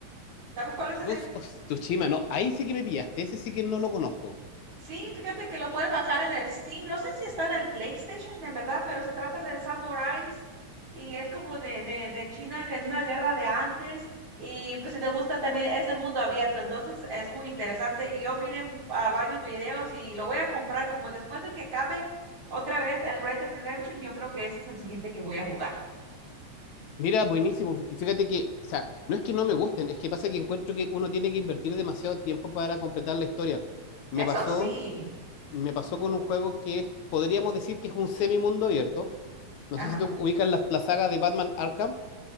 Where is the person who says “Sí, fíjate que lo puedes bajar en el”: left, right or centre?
Right